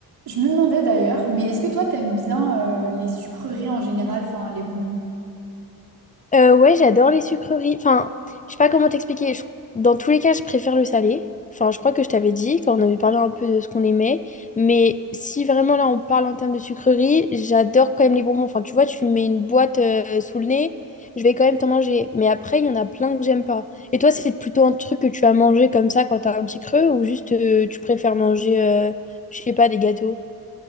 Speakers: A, on the right; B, on the left.
A: Je me demandais d'ailleurs, mais est-ce que toi t'aimes bien euh, les sucreries en général, enfin les bonbons?
B: Euh, ouais, j'adore les sucreries. Enfin, je sais pas comment t'expliquer. Je- Dans tous les cas, je préfère le salé. Enfin, je crois que je t'avais dit quand on avait parlé un peu de ce qu'on aimait. Mais si vraiment là, on parle en termes de sucreries, j'adore quand même les bonbons. Enfin, tu vois, tu me mets une boîte euh, sous le nez, je vais quand même t'en manger. Mais après, il y en a plein que j'aime pas. Et toi, c'est plutôt un truc que tu as mangé comme ça quand t'as un petit creux ou juste euh, tu préfères manger, euh, je sais pas, des gâteaux?